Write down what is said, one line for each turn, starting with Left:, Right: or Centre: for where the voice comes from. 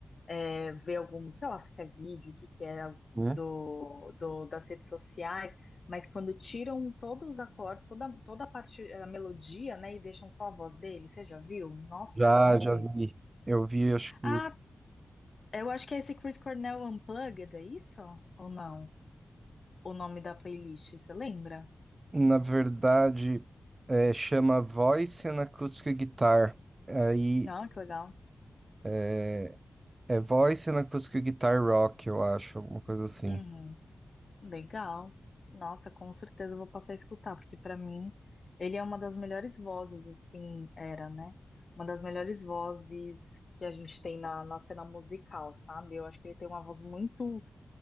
Left: é, ver algum, sei lá, se é vídeo, o que que é
Right: Hum?
Left: do, do, das redes sociais, mas quando tiram todos os acordes, toda, toda a parte, a melodia, né, e deixam só a voz dele, você já viu? Nossa,
Right: Já,
Left: é incrível.
Right: já vi. Eu vi, acho que,
Left: Ah, eu acho que é esse Chris Cornell Unplugged, é isso? Ou não? O nome da playlist, você lembra?
Right: na verdade, é, chama Voice and Acoustic Guitar. Aí
Left: Não, que legal.
Right: é, é Voice and Acoustic Guitar Rock, eu acho, alguma coisa assim.
Left: Uhum, legal. Nossa, com certeza eu vou passar a escutar, porque para mim ele é uma das melhores vozes, assim, era, né? Uma das melhores vozes que a gente tem na, na cena musical, sabe? Eu acho que ele tem uma voz muito